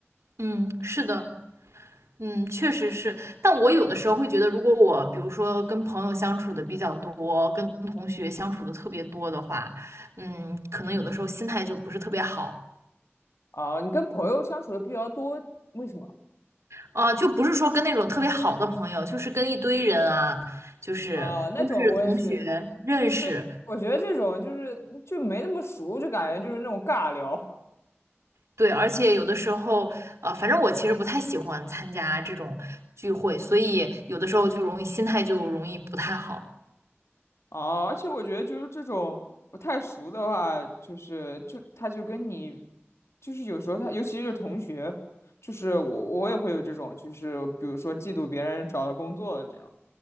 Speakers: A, on the right; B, on the left.
A: 嗯，是的。嗯，确实是，但我有的时候会觉得，如果我比如说跟朋友相处的比较多，跟同学相处的特别多的话，嗯，可能有的时候心态就不是特别好
B: 啊，你跟朋友相处的比较多，为什么
A: 啊，就不是说跟那种特别好的朋友，就是跟一堆人啊，就是都是同学认识，
B: 啊？那种我也是，就我觉得这种就是就没那么熟，就感觉就是那种尬聊。
A: 对，而且有的时候，呃，反正我其实不太喜欢参加这种聚会，所以有的时候就容易心态就容易不太好。
B: 哦，而且我觉得就是这种不太熟的话，就是就他就跟你，就是有时候他，尤其是同学，就是我我也会有这种，就是比如说嫉妒别人找到工作了这样，